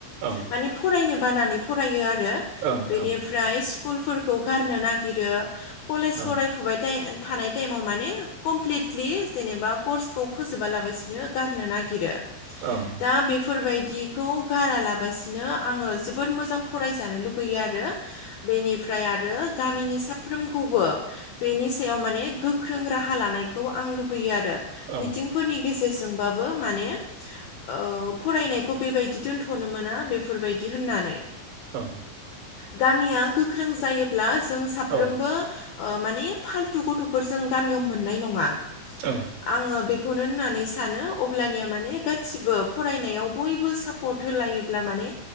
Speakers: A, on the right; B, on the left.
A: ओं
B: माने फरायनो बानानै फरायो आरो
A: ओं
B: बेनिफ्राय
A: ओं
B: स्कुल फोर खौ गारनो नागिरो कलेज
A: ओं
B: फरायफुबाय थाइ थानाय टाइमाव माने कमप्लिटलि जेनेबा कर्सखौ फोजोबालाबसिनो गारनो नागिरो।
A: ओं
B: दा बेफोरबाय दिखौ गारा लाबासिनो आङो जोबोर मोजां फरायजानो लुगैयो आरो। बेनिफ्राय आरो गामिनि साफ्रोमखौबो बेनि सायाव माने गोख्रों राहा लानायखौ आं लुबैयो आरो।
A: ओं
B: मिथिंफोरनि गेजेरजोंबाबो माने ओ फरायनायखौ बेबायदि दोनथ'नो मोना बेफोरबायदि होननानै
A: औ
B: गामिया गोख्रों जायोब्ला जों साफ्रोमबो
A: ओं
B: ओ माने फालथु गथ'फोरजों गामियाव मोननाय नङा।
A: औ
B: आङो बेखौनो होननानै सानो अब्लानिया माने गासिबो फरायनायाव बयबो सापर्ट हो- लायोब्ला माने